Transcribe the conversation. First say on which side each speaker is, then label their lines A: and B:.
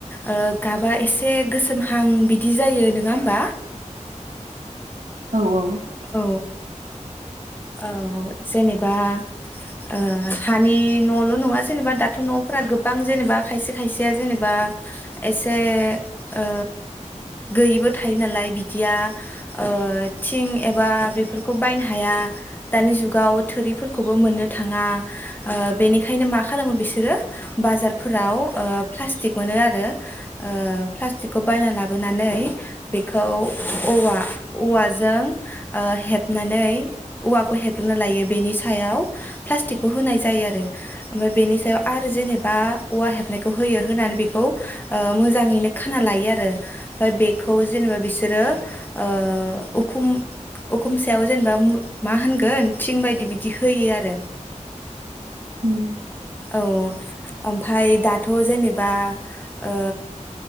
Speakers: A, on the left; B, on the right.
A: ओ गाबा एसे गोसोम महां बिदि जायो नोङा होमबा?
B: औ औ
A: औ औ ओ जेनेबा ओ हानि न'ल' नङा जेनेबा दाथ' न'फोरा गोबां जेनेबा खायसे खायसेया जेनेबा एसे ओ गैयिबो थायो नालाय बिदिया ओ थिं एबा बेफोरखौ बायनो हाया। दानि जुगाव थोरिफोरखौबो मोननो थाङा ओ बेनिखायनो मा खालामो बिसोरो बाजारफोराव ओ प्लास्टिक मोनो आरो ओ प्लास्टिकखौ बायना लाबोनानै बेखौ औवा औवाजों ओ हेबनानै औवाखौ हेबग्रोनो लायो बेनि सायाव प्लास्टिकखौ होनाय जायो आरो ओमफाय बेनि सायाव आरो जेनेबा औवा हेबनायखौ होयो होनानै बेखौ ओ मोजाङैनो खाना लायो आरो ओमफाय बेखौ जेनेबा बिसोरो ओ उखुम उखुम सायाव जेनेबा मा होनगोन थिं बायदि बिदि होयो आरो
B: उम
A: औ ओमफाय दाथ' जेनेबा ओ